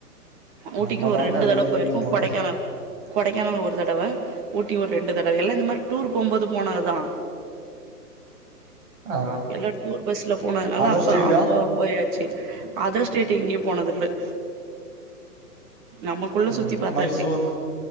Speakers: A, on the right; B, on the right.
A: ஊட்டிக்கு
B: நம்மதான்க்கா
A: ஒரு ரெண்டு தடவ
B: வெளியில
A: பொயிருக்கோ
B: எங்கயு போல
A: கொடைக்கானல் கொடைக்கானல் ஒரு தடவ ஊட்டி ஒரு ரெண்டு தடவ எல்லா இந்த மாரி டூர் போம்போது போனதுதா
B: ஆ
A: எல்லா டூர் பஸ்ல போனதுனால
B: அதர்
A: அப்ப
B: ஸ்டேட்க்கா
A: அப்போ போயாச்சு அதர் ஸ்டேட் எங்கயும் போனதுல்ல நமக்குள்ள
B: ம்
A: சுத்தி பாத்தாச்சு
B: மைசூர்